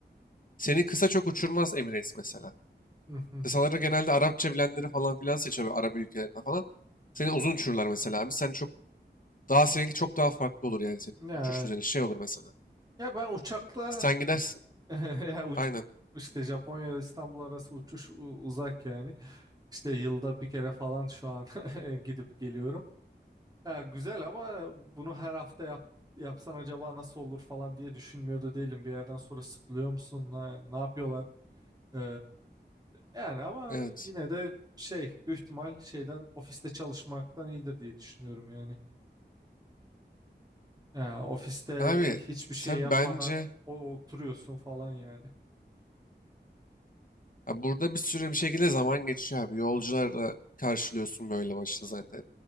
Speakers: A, on the left; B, on the right.
A: seni kısa çok uçurmaz Emirates mesela.
B: Hı hı.
A: Kısaları genelde Arapça bilenleri falan filan seçiyor böyle Arap ülkelerinde falan. Seni uzun uçururlar mesela abi. Sen çok daha seninki çok daha farklı olur yani senin
B: Ya,
A: uçuş düzeni şey olur mesela.
B: ya ben uçakla <laughs>
A: Sen gidersin.
B: ya uç-
A: Aynen.
B: işte Japonya İstanbul arası uçuş u- uzak yani. İşte yılda bir kere falan şu an <laughs> gidip geliyorum. Ya güzel ama bunu her hafta yap, yapsan acaba nasıl olur falan diye düşünmüyor da değilim. Bir yerden sonra sıkılıyor musun? Ne, ne yapıyorlar? Ee, yani ama
A: Evet.
B: yine de şey büyük ihtimal şeyden ofiste çalışmaktan iyidir diye düşünüyorum yani. Ya ofiste
A: Abi
B: hiçbir şey
A: tabii
B: yapmadan
A: bence
B: o- oturuyorsun falan yani.
A: Abi burada bir sürü bir şekilde zaman geçiyor abi. Yolcularla karşılıyorsun böyle başta zaten.